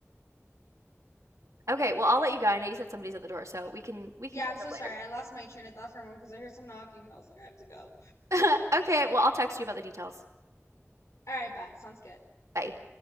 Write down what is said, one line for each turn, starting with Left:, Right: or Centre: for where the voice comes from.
Right: Okay, well I'll let you go. I know you said somebody's at the door, so we can we can
Left: Yeah,
Right: catch
Left: I'm so
Right: up later.
Left: sorry. I lost my train of thought for a moment because I heard some knocking and I was like, I have to go. All
Right: <laughs> Okay, well I'll text you about the details.
Left: right, bet. Sounds good.
Right: Bye.